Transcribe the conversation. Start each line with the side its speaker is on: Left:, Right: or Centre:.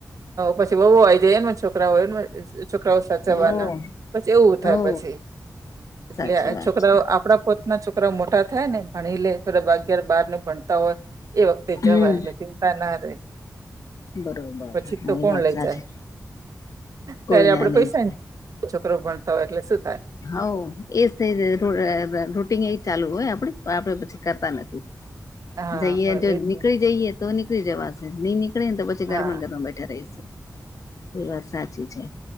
Right: પછી વવ આવી જાય એ છોકરા હોય એ છોકરાઓ સાચવવાના
Left: હો
Right: પછી એવું થાય
Left: હો
Right: પછી એટલે
Left: સાચી વાત
Right: છોકરાઓ
Left: છે
Right: આપડા પોતના છોકરાઓ મોટા થાય ને ભણી લે પલો બાગાર બાર નું ભણતા હોય એ વખતે
Left: હમ
Right: જવાય એટલે ચિંતા ના રહેે.
Left: બરોબર
Right: પછી
Left: હા
Right: તો કોણ
Left: એ વાત
Right: લઈ
Left: સાચી
Right: જાય
Left: કોઈ
Right: ત્યારે આપડે
Left: ના લઈ
Right: પૈસા
Left: જાય
Right: કે છોકરો ભણતા હોય એટલે શું થાય.
Left: હઉ એજ થઈ જ રૂટીન એજ ચાલુ હોય આપડે આપડે પછી કરતા નથી.
Right: હા
Left: જઈએ જો
Right: એજ
Left: નીકળી
Right: ને
Left: જઈએ તો નીકળી જવાસે ની નીકળ્યે ને તો પછી
Right: હા
Left: ઘર માં ને ઘર માં બેઠા રહીશું. એ વાત સાચી છે